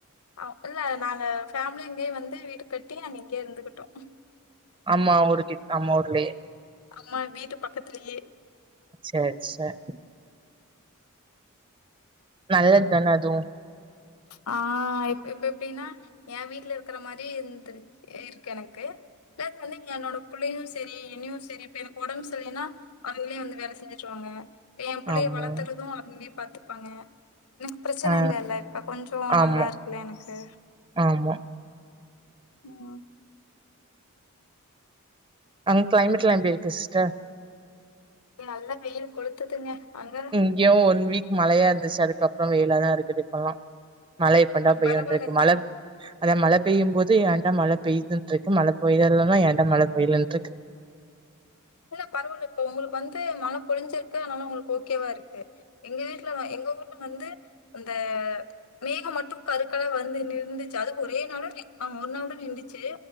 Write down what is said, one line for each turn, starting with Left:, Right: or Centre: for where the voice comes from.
Left: ஆ இல்ல நாங்க ஃபேமிலி யே வந்து வீடு கட்டி நாங்க இங்கயே இருந்துக்கிட்டோ
Right: அம்மா ஊரு கிட் அம்மா ஊர்லயே
Left: அம்மா வீட்டு பக்கத்துலயே
Right: சேரி சேர் நல்லதுதான அதுவு
Left: ஆ இப் இப்ப எப்டின்னா ஏன் வீட்ல இருக்கற மாரி இருந்துருக் இருக்கு எனக்கு ப்ளஸ் வந்து என்னோட புள்ளையு செரி என்னையு செரி இப்ப எனக்கு ஒடம்பு செரியில்லனா அவுங்களே வந்து வேல செஞ்சு விட்ருவாங்க ஏன் புள்ளைய
Right: ஆமா
Left: வளத்துறது அவுங்களே பாத்து ப்பாங்க எனக்கு ப்ரச்சன
Right: ஆ
Left: இல்ல இல்ல இப்ப கொஞ்சோ
Right: ஆமா
Left: நல்லா இருக்குல்ல எனக்கு
Right: ஆமா
Left: ஆ
Right: அங்க கிளைமேட்லா எப்டி இருக்கு சிஸ்டர்?
Left: நல்லா வெயில் கொளுத்துதுங்க. அங்க
Right: இங்கயு ஒன் வீக் மழையா இருந்துச்சு அதுக்க ப்றோ வெயிலாதா இருக்குது இப்பெல்லா மழ எப்பந்தா பெய்யுன்ருக்கு
Left: பரவாயில்லைங்க
Right: மழ அதா மழ பெய்யும் போது என் ஏன்டா மழ பெய்துன்ட்ருக்கு மழ பொய்தலன்னா ஏன்டா மழ பொய்லன்ட்ருக்கு
Left: இல்ல பரவால்ல இப்ப உங்களுக்கு வந்து மழ பொழுஞ்சுருக்கு அதனால உங்களுக்கு ஓகேவா இருக்கு எங்க வீட்ல வ ஊர்ல வந்து அந்த மேகம் மட்டு கருக்களா வந்து நின்டுச்சு அது ஒரே நாள்ல ஆ ஒரு நாள்தா நின்டுச்சு